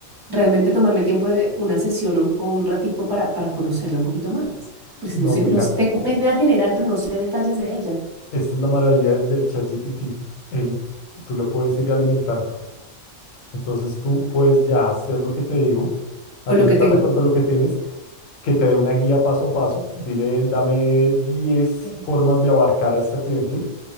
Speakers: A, on the right; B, on the left.
A: realmente tomarme el tiempo de una sesión o, o un ratico para, para conocerla un poquito más. Porque
B: No,
A: si no sé,
B: mira,
A: no sé- tengo una idea general, pero no sé detalles de ella,
B: esta es la maravilla del ChatGPT. El, tú lo puedes ir alimentando. Entonces tú puedes ya hacer lo que te digo, alimentarla
A: o lo que tengo,
B: con todo lo que tienes, que te dé una guía paso a paso. Dile, dame diez
A: eh,
B: formas de abarcar a esta cliente